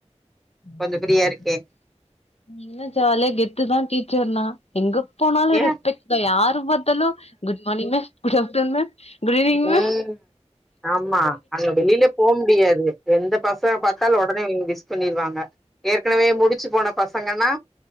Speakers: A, on the left; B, in the centre.
A: <unintelligible>
B: கொஞ்சோ ஃப்ரீயா
A: ம்
B: இருக்கே
A: நீங்களா ஜாலிய கெத்துதான் டீச்சர்னா எங்கப் போனாலு
B: ஏ
A: ரெஸ்பெக்ட் தான் யாரு பாத்தாலு good morning miss good afternoon ma'am good evening
B: ம்
A: மே
B: ஆமா அங்க வெளிலே போ முடியாது எந்த பசங்க பாத்தாலு ஒடனே விஷ் பண்ணிருவாங்க ஏற்கனவே முடிச்சு போன பசங்கனா